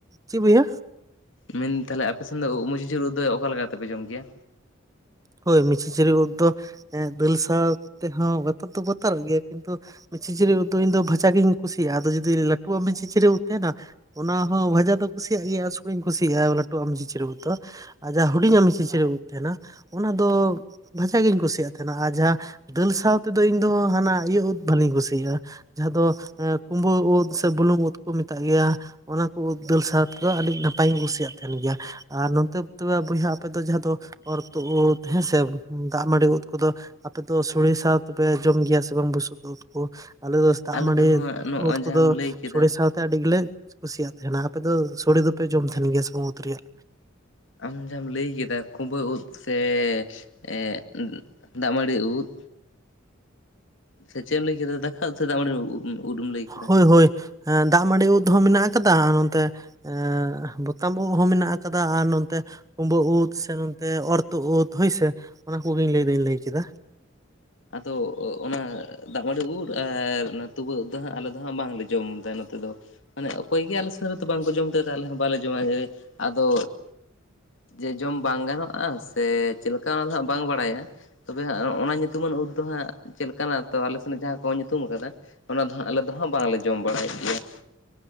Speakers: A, on the right (about 15°); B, on the left (about 70°).
A: ᱪᱮᱫ ᱵᱚᱭᱦᱟ
B: ᱢᱮᱱᱫᱟᱧ ᱛᱟᱦᱞᱮ ᱟᱯᱮᱥᱮᱱ ᱫᱚ ᱩᱜ ᱢᱩᱪᱤ ᱪᱷᱩᱨᱤ ᱩᱫ ᱫᱚ ᱚᱠᱟ ᱞᱮᱠᱟ ᱠᱟᱛᱮᱯᱮ ᱡᱚᱢ ᱜᱮᱭᱟ?
A: ᱦᱳᱭ ᱢᱩᱪᱤᱪᱷᱩᱨᱤ ᱩᱫ ᱫᱚ ᱮ ᱫᱟᱹᱞ ᱥᱟᱶ ᱛᱮᱦᱚᱸ ᱵᱟᱛᱟᱨ ᱫᱚ ᱵᱟᱛᱟᱨᱚᱜ ᱜᱮᱭᱟ, ᱠᱤᱱᱛᱩ ᱢᱩᱪᱤ ᱪᱷᱩᱨᱤ ᱩᱫ ᱫᱚ ᱤᱧ ᱫᱚ ᱵᱷᱟᱡ ᱜᱤᱧ ᱠᱩᱥᱤᱭᱟᱜᱼᱟ ᱟᱫᱚ ᱡᱩᱫᱤ ᱞᱟᱹᱴᱩᱣᱟᱜ ᱡᱩᱪᱤᱪᱷᱩᱨᱤ ᱩᱫ ᱛᱟᱦᱮᱱᱟ, ᱚᱱᱟ ᱦᱚᱸ ᱵᱷᱟᱡᱟ ᱫᱚ ᱠᱩᱥᱤᱭᱟᱜ ᱜᱮᱭᱟ <unintelligible> ᱠᱩᱥᱤᱭᱟᱜᱼᱟ ᱞᱟᱹᱴᱩᱣᱟᱜᱢ ᱢᱩᱪᱤᱪᱷᱩᱨᱤ ᱩᱫ ᱫᱚ ᱾ ᱟᱨ ᱡᱟᱦᱟᱸ ᱦᱩᱰᱤᱧᱟᱜ ᱢᱩᱪᱤᱪᱷᱩᱨᱤ ᱩᱫ ᱛᱟᱦᱮᱱᱟ ᱚᱱᱟ ᱫᱚ ᱵᱷᱟᱡᱟ ᱜᱤᱧ ᱠᱩᱥᱤᱭᱟᱜ ᱛᱟᱦᱮᱱᱟ, ᱟᱨ ᱡᱟᱦᱟᱸ ᱫᱟᱹᱞ ᱥᱟᱶ ᱛᱮᱫᱚ ᱤᱧ ᱫᱚ ᱦᱟᱱᱟ ᱤᱭᱟᱹ ᱩᱫ ᱵᱷᱟᱹᱞᱤᱧ ᱠᱩᱥᱤᱭᱟᱜᱼᱟ ᱡᱟᱦᱟᱸ ᱫᱚ ᱠᱩᱢᱵᱟᱹ ᱩᱫ ᱥᱮ ᱵᱩᱞᱩᱝ ᱩᱫ ᱠᱚ ᱢᱮᱛᱟᱜ ᱜᱮᱭᱟ ᱾ ᱚᱱᱟ ᱠᱚ ᱩᱫᱽ ᱫᱟᱹᱞ ᱥᱟᱶ ᱛᱮᱫᱚ ᱟᱹᱰᱤ ᱱᱟᱯᱟᱭᱤᱧ ᱠᱩᱥᱤᱭᱟᱜ ᱛᱟᱦᱮᱱ ᱜᱮᱭᱟ ᱾ ᱟᱨ ᱱᱚᱛᱮ ᱛᱚᱵᱮ ᱵᱚᱭᱦᱟ ᱟᱯᱮ ᱫᱚ ᱡᱟᱦᱟᱸ ᱫᱚ ᱚᱨ ᱛᱚᱜ ᱩᱫ ᱦᱮᱸᱥᱮ ᱫᱟᱜ ᱢᱟᱹᱰᱤ ᱩᱫ ᱠᱚᱫᱚ ᱟᱯᱮ ᱫᱚ ᱥᱚᱲᱮ ᱥᱟᱶ ᱫᱚᱯᱮ ᱡᱚᱢ ᱜᱮᱭᱟ ᱥᱮ ᱵᱟᱝ ᱵᱩᱥᱩᱵ ᱩᱫ ᱠᱚ? ᱟᱞᱮ ᱫᱚ ᱫᱟᱜ
B: ᱟᱞᱮ
A: ᱢᱟᱹᱰᱤ
B: ᱫᱚ ᱦᱟᱸᱜ ᱱᱚᱜᱼᱚᱭ
A: ᱩᱫ
B: ᱡᱟᱦᱟᱸᱢ
A: ᱠᱚᱫᱚ
B: ᱞᱟᱹᱭ ᱠᱮᱫᱟ
A: ᱥᱚᱲᱮ ᱥᱟᱶ ᱛᱮ ᱟᱹᱰᱤ ᱜᱮᱞᱮ ᱠᱩᱥᱤᱭᱟᱜ ᱛᱟᱦᱮᱱᱟ, ᱟᱯᱮ ᱫᱚ ᱥᱚᱲᱮ ᱫᱚᱯᱮ ᱡᱚᱢ ᱛᱟᱦᱮᱱ ᱜᱮᱭᱟ ᱥᱮ ᱵᱟᱝ ᱩᱫ ᱨᱮᱭᱟᱜ?
B: ᱟᱢ ᱡᱟᱦᱟᱸᱢ ᱞᱟᱹᱭ ᱠᱮᱫᱟ ᱠᱩᱵᱟᱹ ᱩᱫ ᱥᱮ ᱮ ᱫᱟᱜ ᱢᱟᱹᱲᱤ ᱩᱫ ᱥᱮᱪᱮᱫ ᱮᱢ ᱞᱟᱹᱭ ᱠᱮᱫᱟ ᱫᱟ <unintelligible> ᱫᱟᱜ ᱢᱟᱹᱰᱤ ᱩᱫ ᱮᱢ ᱞᱟᱹᱭ ᱠᱮᱫᱟ?
A: ᱦᱳᱭ ᱦᱳᱭ ᱾ ᱦᱮᱸ ᱫᱟᱜ ᱢᱟᱺᱰᱤ ᱩᱫ ᱦᱚᱸ ᱢᱮᱱᱟᱜ ᱟᱠᱟᱫᱟ ᱱᱚᱱᱛᱮ ᱮᱻ ᱵᱚᱛᱟᱢ ᱩᱫ ᱦᱚᱸ ᱢᱮᱱᱟᱜ ᱟᱠᱟᱫᱟ ᱟᱨ ᱱᱚᱱᱛᱮ ᱠᱩᱢᱵᱟᱹ ᱩᱫ ᱥᱮ ᱱᱚᱛᱮ ᱚᱨᱛᱩᱜ ᱩᱫ ᱦᱳᱭᱥᱮ ᱚᱱᱟ ᱠᱚᱜᱮᱧ ᱞᱟᱹᱭ ᱫᱟᱹᱧ ᱞᱟᱹᱭᱠᱮᱫᱟ᱾
B: ᱟᱫᱚ ᱚᱱᱟ ᱫᱟᱜ ᱢᱟᱹᱰᱤ ᱩᱫ ᱟᱨ ᱚᱱᱟ ᱛᱩᱵᱟᱹ ᱩᱫ ᱫᱚ ᱦᱟᱸᱜ ᱟᱞᱮ ᱫᱚ ᱦᱟᱸᱜ ᱵᱟᱝᱞᱮ ᱡᱚᱢᱫᱟ ᱱᱚᱛᱮ ᱫᱚ᱾ ᱢᱟᱱᱮ ᱚᱠᱚᱭ ᱜᱮ ᱟᱞᱮ ᱥᱮᱱ ᱨᱮᱫᱚ ᱵᱟᱝᱠᱚ ᱡᱚᱢ ᱛᱮ ᱟᱫᱮ ᱟᱞᱮ ᱦᱚᱸ ᱵᱟᱞᱮ ᱡᱚᱢᱟ ᱡᱮ ᱟᱫᱚ ᱡᱮ ᱡᱚᱢ ᱵᱟᱝ ᱜᱟᱱᱚᱜᱼᱟ ᱥᱮ ᱪᱮᱫᱞᱮᱠᱟ ᱚᱱᱟ ᱫᱚ ᱦᱟᱜ ᱵᱟᱝ ᱵᱟᱲᱟᱭᱟ ᱛᱚᱵᱮ ᱦᱟᱜ ᱚᱱᱟ ᱧᱩᱛᱩᱢ ᱧᱩᱛᱩᱢᱟᱱ ᱩᱫ ᱫᱚ ᱦᱟᱸᱜ ᱪᱮᱫ ᱞᱮᱠᱟᱱᱟᱜ ᱛᱚ ᱟᱞᱮᱥᱮᱱ ᱡᱟᱦᱟᱸ ᱠᱚ ᱧᱩᱛᱩᱢ ᱟᱠᱟᱫᱟ ᱚᱱᱟ ᱫᱚ ᱦᱟᱸᱜ ᱟᱞᱮ ᱫᱚ ᱦᱟᱸᱜ ᱵᱟᱝᱞᱮ ᱡᱚᱢ ᱵᱟᱲᱟᱭᱮᱫ ᱜᱮᱭᱟ ᱾